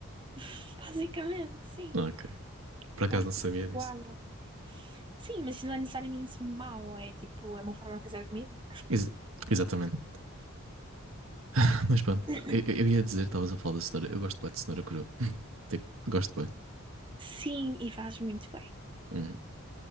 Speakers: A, on the right; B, on the right.
A: <laughs> Basicamente, sim.
B: Ah, Ok. Por acaso
A: Tá,
B: não sabia
A: tipo,
B: disso.
A: água. Sim, mas isso não é necessariamente mau, é tipo, é uma forma de aquecer a comida.
B: Ex- exatamente. <laughs> Mas pronto,
A: <coughs>
B: eu, eu- ia dizer, estavas a falar da cenoura. Eu gosto bem de cenoura crua. <laughs> Tipo, gosto bem.
A: Sim, e faz muito bem.
B: Hum.